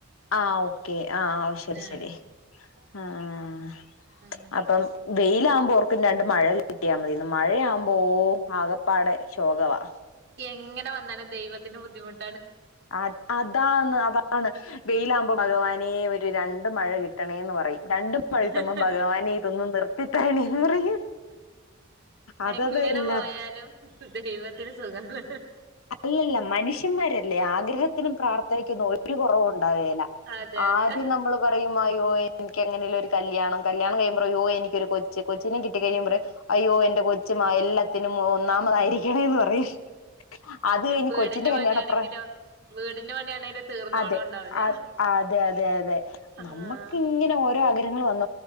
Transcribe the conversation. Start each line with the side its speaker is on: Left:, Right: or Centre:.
Left: ആഹ് ഓക്കെ ആ ആ ശരി
Right: ആഹ്
Left: ശരി അ അ ആ ആ
Right: അങ്ങനെ
Left: അപ്പം വെയിലാകുമ്പോ ഓർക്കും രണ്ട് മഴ കിട്ടിയാ മതിന്ന് മഴയാവുമ്പോ ഓ ആകപ്പാടെ ശോകവാ
Right: എങ്ങന വ ഇന്നലെ ദൈത്തിന്റെ ബുദ്ധിമുട്ട്
Left: ആത് അതാണ് അതാണ് വെയിലാമ്പോ ഭഗവാനെ ഒരു രണ്ട് മഴ കിട്ടണേന്ന് പറയും രണ്ട് മഴ കിട്ടുമ്പോ
Right: ഹിഹി ഹിഹി
Left: ഭഗവാനെ ഇതൊന്ന് നിർത്തിത്തരണേന്ന് പറയും അതത്
Right: എങ്ങനെ
Left: എല്ലാ
Right: പോയാലും ദൈവത്തിന് സുഖാണ്, ഹിഹിഹി
Left: അല്ലല്ല മനുഷ്യന്മാര് ഇല്ല്യ ആഗ്രഹത്തിനും പ്രാർത്ഥനക്കൊന്നും ഒരു കൊറവും ണ്ടാവേല
Right: അതെ
Left: ആദ്യം
Right: അതെ
Left: നമ്മള് പറയുമായോ എൻക്ക് എങ്ങനെലൊരു കല്യാണം കല്യാണം കഴിയുമ്പോറോയോ രു എനിക്കൊരു കൊച്ച് കൊച്ചിനെ കിട്ടി കഴിയുമ്പറി അയ്യോ എന്റെ കൊച്ചു മാ എല്ലാ ത്തിനും മൊ ഒന്നാമതാ യിരിക്കണേന്ന് പറയും അത് കഴിഞ്ഞ്
Right: വീടിന്റെ
Left: കൊച്ചിന്റെ കല്യാണപ്രാ
Right: പണിയാണെങ്കിലോ വീടിന്റെ പണിയാണെങ്കിലോ തീർന്നോടം
Left: അതെ
Right: ഉണ്ടാവൂല
Left: അതെ അതെ അതെ
Right: ആഹ്
Left: നമ്മക്ക്ങ്ങനെ ഓരോ ആഗ്രഹങ്ങള് വന്ന്